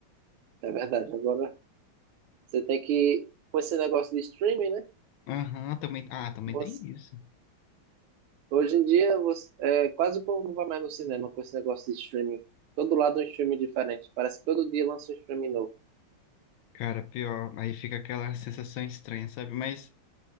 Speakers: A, on the right; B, on the left.
A: É verdade, agora você tem que. Com esse negócio de streaming, né?
B: Aham, também. Ah, também
A: Você,
B: tem isso.
A: hoje em dia, você, é, quase o povo não vai mais no cinema com esse negócio de streaming. Todo lado é um streaming diferente. Parece que todo dia lança um streaming novo.
B: Cara, pior. Aí fica aquela sensação estranha, sabe? Mas